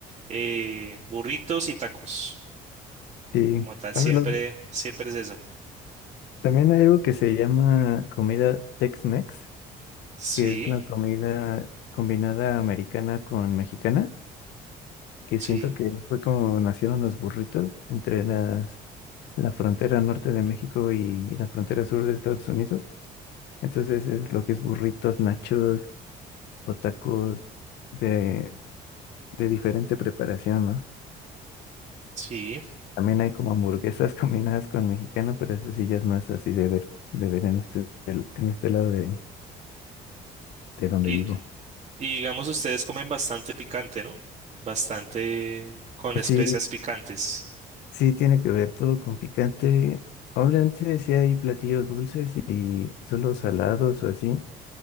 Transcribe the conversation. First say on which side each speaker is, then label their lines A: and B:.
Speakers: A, on the right; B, on the left.
A: eh, burritos y tacos.
B: Sí.
A: Como tal,
B: Bueno,
A: siempre,
B: lo-
A: siempre es eso.
B: también hay algo que se llama comida Tex-Mex,
A: Sí.
B: que es la comida combinada americana con mexicana, que
A: Sí,
B: siento que fue como nacieron los burritos entre las, la frontera norte de México y la frontera sur de Estados Unidos. Entonces es lo que es burritos, nachos o tacos de, de diferente preparación, ¿no?
A: sí.
B: También hay como hamburguesas <laughs> combinadas con mexicano, pero eso sí ya es más así de ver, de ver en este, del- en este lado de, de donde
A: Y,
B: vivo.
A: y digamos, ustedes comen bastante picante, ¿no? Bastante con
B: Sí,
A: especias picantes.
B: sí tiene que ver todo con picante. Obviamente sí hay platillos dulces y solo salados o así,